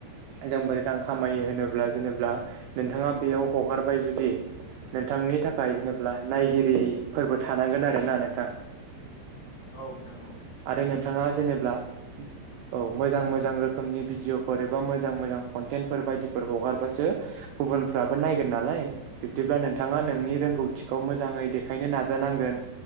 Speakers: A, on the right; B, on the left.
A: जों बोरै रां खामायो होनोब्ला जेनेब्ला नोंथाङा बेयाव हगारबाय जुदि नोंथांनि थाखाय जेनेब्ला नायगिरिफोरबो थानांगोन आरोना नोंथां
B: औ नोंथां औ
A: आरो नोंथाङा जेनेब्ला औ मोजां मोजां रोखोमनि भिडिअफोर एबा मोजां मोजां कनटेन्टफोर बायदिफोर हगारबासो गुबुनफ्राबो नायगोन नालाय बिब्दिब्ला नोंथाङा
B: नोंथां
A: नोंनि रोंगौथि थिखौ मोजाङै देखायनो नाजानांगोन